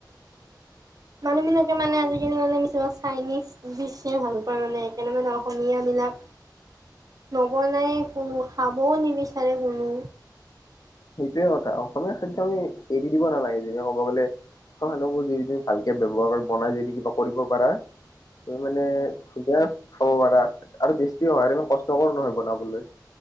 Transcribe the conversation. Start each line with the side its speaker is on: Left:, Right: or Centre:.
Right: মানুহবিলাকে মানে আজিকালি মানে কিছুমান চাইনিজ ডিশহে ভাল পায় মানে, সেইকাৰণে মানে অসমীয়াবিলাক নবনাই কোনো খাম খাবও নিবিচাৰে কোনো
Left: সেইটোৱে কথা অসমীয়া খাদ্য আমি এৰি দিব নালাগে, যদি কব গ'লে খানাবোৰ যদি তুমি ভালকে ব্যৱহাৰ কৰি বনাই যদি কিবা কৰিব পাৰা তুমি মানে <unintelligible> খাব পাৰা, আৰু টেষ্টিও হয়, আৰু ইমান কষ্টকৰো নহয় বনাবলৈ।